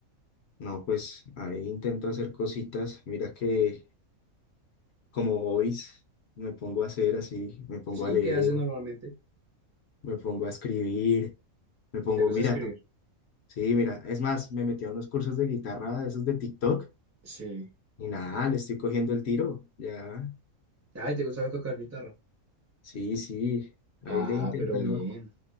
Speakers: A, on the left; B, on the right.
A: No, pues ahí intento hacer cositas. Mira que como hobbies me pongo a hacer así, me pongo
B: Sí,
A: a leer,
B: ¿qué haces normalmente?
A: me pongo a escribir, me pongo,
B: ¿Te gusta
A: mira,
B: escribir?
A: ta- sí, mira, es más, me metí a unos cursos de guitarra, esos de TikTok,
B: Sí.
A: y nada, le estoy cogiendo el tiro, ya,
B: Ay, ¿te gusta tocar guitarra?
A: sí, sí, ahí
B: Ah,
A: le he intentado.
B: pero bien.